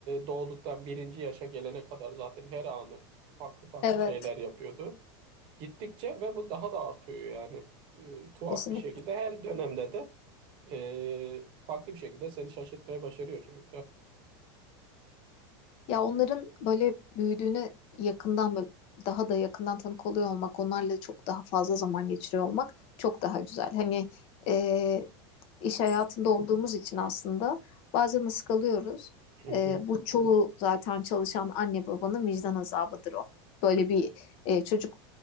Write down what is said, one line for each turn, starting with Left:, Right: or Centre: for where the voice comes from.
Right: doğduktan birinci yaşa gelene kadar zaten her anı farklı farklı
Left: Evet,
Right: şeyler yapıyordu. Gittikçe ve bu daha da artıyor yani E, tuhaf
Left: kesinlikle.
Right: bir şekilde. Her dönemde de e, farklı bir şekilde seni şaşırtmayı başarıyor çocuklar.
Left: Ya onların böyle büyüdüğüne yakından böyle daha da yakından tanık oluyor olmak, onlarla çok daha fazla zaman geçiriyor olmak çok daha güzel. Hani e, iş hayatında olduğumuz için aslında bazen ıskalıyoruz.
Right: Hı hı.
Left: E, bu çoğu zaten çalışan anne babanın vicdan azabıdır o. Böyle bir e, çocuk